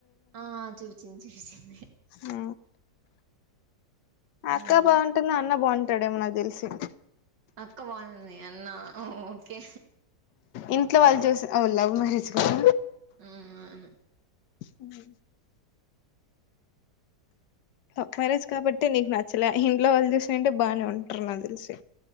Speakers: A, on the right (about 80°); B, on the left (about 80°).
A: ఆ చూచింది చూసింది
B: ఆ అక్క
A: మ్మ్
B: బాగుంటుంది అన్న బాగుంటాడేమో నాకు తెలిసి
A: అక్క బాగుంది అన్నా ఆ ఓకే
B: ఇంట్లోవాళ్ళు చూసి లవ్ మ్యారేజ్ కదా
A: ఊ అవును
B: ఉ ఊమ్ లవ్ మ్యారేజ్ కాబట్టి నీకు నచ్చలే ఇంట్లో వాళ్ళు చూసినంటే బానే ఉంటరు నాకు తెలిసి